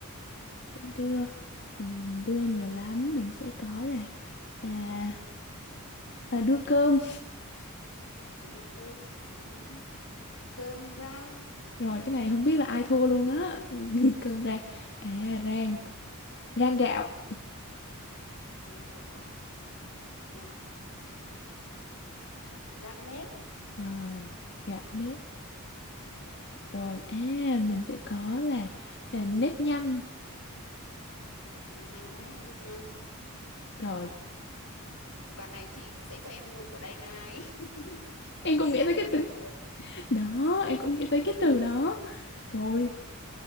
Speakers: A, on the left (about 50°); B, on the left (about 85°).
A: để đưa mình đưa nhiều lắm mình sẽ có là à, à đưa cơm
B: à, đưa cơm ừ. cơm rang
A: rồi cái này không biết là ai thua luôn á <laughs> cơm rang à rang rang gạo
B: bằng gạo à gạo gạo nếp
A: rồi gạo nếp
B: ừ.
A: rồi à mình sẽ có là à, nếp nhanh
B: Ừ, hay đấy nếp nhăn
A: rồi
B: quả này chị cũng sẽ cho em gục ở đây này <laughs>
A: em còn
B: nhăn
A: nghĩ tới cái
B: nhở
A: từ Đó, em cũng nghĩ tới cái từ đó. Rồi,